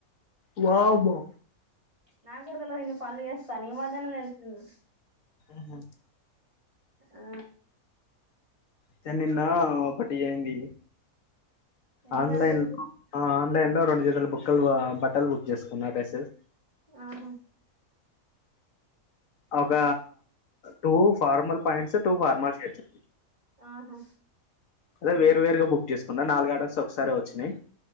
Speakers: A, on the left (about 65°); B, on the right (about 20°).
A: వా బా
B: నా కూడా తెలవదు ఇన్ని పనులు చేస్తా అని ఈ మధ్యనే తెలిసింది
A: మ్మ్.
B: ఆ
A: చెన్నిన్న ఒక ఈయండి
B: ఏం
A: ఆన్లైన్
B: జరిగింది
A: ఆన్లైన్లో రెండు బుక్కలు బట్టలు బుక్ చేసుకున్నా పేసెల్
B: ఆహా
A: ఒక two formal pants two formal shirts
B: ఆహా
A: అదే వేరు వేరుగా బుక్ చేసుకున్న నాలుగు ఆర్డర్స్ ఒకసారే వచ్చినాయ్